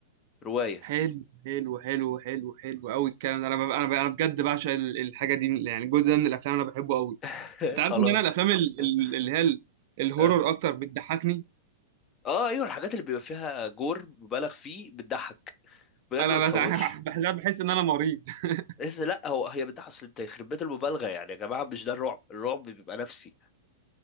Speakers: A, on the left; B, on the right.
A: رواية
B: حلو حلو حلو حلو حلو قوي الكلام ده انا ببقى انا ببقى انا بجد بعشق ال- الحاجه دي من- يعني الجزء ده من الافلام انا بحبه قوي
A: <laughs>
B: انت عارف
A: خلاص
B: ان انا الافلام ال-
A: اه
B: ال- اللي هي ال- الهورر
A: اه
B: اكتر بتضحكني
A: آه، ايوه الحاجات اللي بيبقى فيها جور مبالغ فيه بتضحك بجد
B: انا
A: ما بتخوفش
B: بس <laughs> بحس بحس ان انا مريض <laughs>
A: بس لا هو هي بتضحك اصل انت يخرب بيت المبالغه يعني يا جماعه مش ده الرعب الرعب بيبقى نفسي